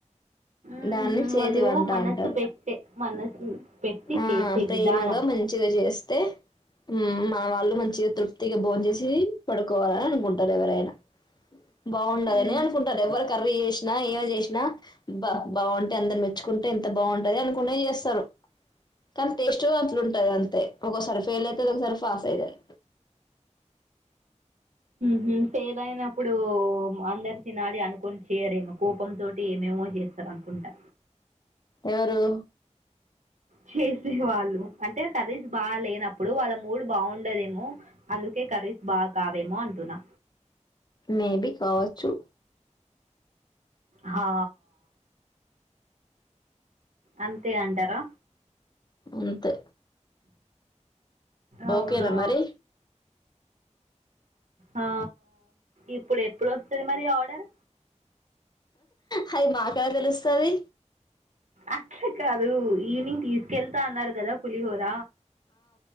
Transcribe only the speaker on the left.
దాన్ని చేతి
వంట
అంటారు
ఆ
ప్రేమగా
మంచిగా చేస్తే మ్ వాళ్ళు మంచిగా తృప్తిగా భోన్ చేసి పడుకోవాలని అనుకుంటారు ఎవరైనా బావుండలనే
అనుకుంటారు ఎవ్వరు కర్రీ చే ఎవరు జేసినా బ బావుంటే అందరు మెచ్చుకుంటే ఎంత బావుంటది అనుకునే చేస్తరు కానీ టేస్ట్ అట్లు ఉంటది అంతే ఒక్కోసారి ఫెలయితది ఒకసారి ఫాస్ అయిదది
ఎవరు
మేబి కావచ్చు
అంతే
ఓకేనా మరి
హయి మాక్ ఎలా తెలుస్తది